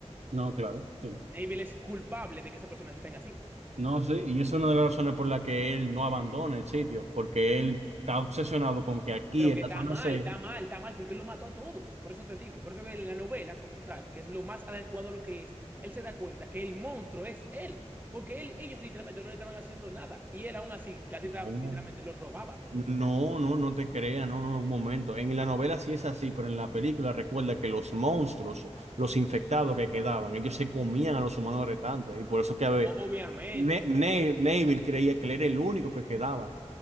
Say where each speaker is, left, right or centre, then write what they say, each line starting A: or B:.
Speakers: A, on the right; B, on the right.
A: No, claro, sí.
B: Navel es culpable de que esas personas estén así.
A: No, sí, y eso es una de las razones por la que él no abandona el sitio, porque él está obsesionado con que aquí
B: Pero
A: en
B: que
A: la
B: está
A: zona
B: mal,
A: C,
B: está mal, está mal, porque él lo mató a todos. Por eso te digo, por eso que en la novela como tal, que es lo más adecuado a lo que es, él se da cuenta que el monstruo es él. Porque él, ellos literalmente no le estaban haciendo nada. Y él aún así, casi ta-
A: no,
B: literalmente, los robaba a todos.
A: no, no, no te creas, no, no, un momento. En la novela sí es así, pero en la película recuerda que los monstruos, los infectados que quedaban, ellos se comían a los humanos restantes, y por eso que a ver,
B: Obviamente,
A: Ne- Ne-
B: obviamente.
A: Neville creía que él era el único que quedaba,